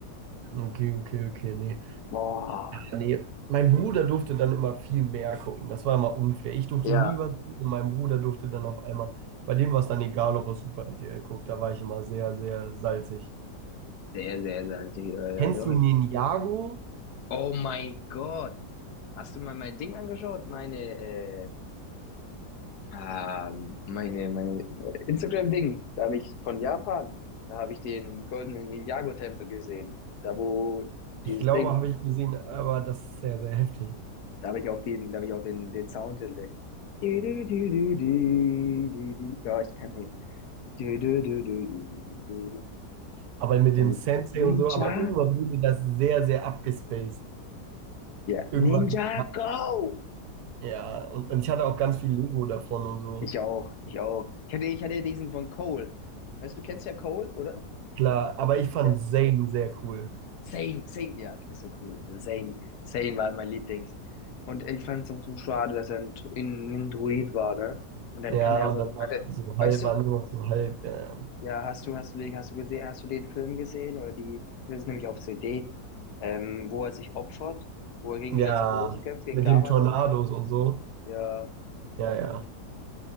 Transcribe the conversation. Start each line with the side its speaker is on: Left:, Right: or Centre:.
Right: Okay, okay, okay. Nee,
Left: Boah.
Right: Nee, mein Bruder durfte dann immer viel mehr gucken. Das war immer unfair. Ich durfte
Left: Ja,
Right: nie was gucken. Mein Bruder durfte dann auf einmal, bei dem war es dann egal, ob er Super RTL guckt. Da war ich immer sehr, sehr salzig.
Left: sehr, sehr salzig, ja, ja,
Right: Kennst
Left: doch.
Right: du
Left: Ich.
Right: Ninjago?
Left: Oh mein Gott. Hast du mal mein Ding angeschaut? Meine, äh, ähm, meine, meine Instagram-Ding. Da habe ich von Japan, da habe ich den goldenen Ninjago-Tempel gesehen. Da, wo
Right: Ich
Left: dieses
Right: glaube,
Left: Ding.
Right: habe ich gesehen, aber das ist sehr, sehr heftig.
Left: Da habe ich auch den, da habe ich auch den, den Sound hinlegt. Du, du, du, du, du, du, du. Ja, ich kann den. Du, du, du, du, du, du, du.
Right: Aber mit dem
Left: Also,
Right: Sensei
Left: Ninja.
Right: und so, aber irgendwann wurde das sehr, sehr abgespaced.
Left: Ja,
Right: Irgendwann,
Left: Ninja Go!
Right: ja, und, und ich hatte auch ganz viel Lego davon und so.
Left: Ich auch, ich auch. Ich hatte, ich hatte diesen von Cole. Weißt du, du kennst ja Cole, oder?
Right: Klar, aber ich fand
Left: Ja.
Right: Zane sehr cool.
Left: Zayn, Zayn, ja, du bist so cool. Der Zayn, Zayn war mein Lieblings. Und ich fand es auch so schade, dass er ein, Dro- in, ein Druid war, ne? Und dann
Right: Ja,
Left: kann er aber,
Right: und dann war
Left: hatte,
Right: so
Left: weißt
Right: halb,
Left: du,
Right: war nur noch so halb. Ja,
Left: Ja, hast du, hast du den, hast du gesehen, hast du den Film gesehen oder die, ich hatte es nämlich auf CD, ähm, wo er sich opfert, wo er gegen
Right: Ja,
Left: die ganz Großen kämpft, gegen
Right: mit
Left: Garmadon.
Right: dem Tornados und so.
Left: Ja.
Right: Ja, ja.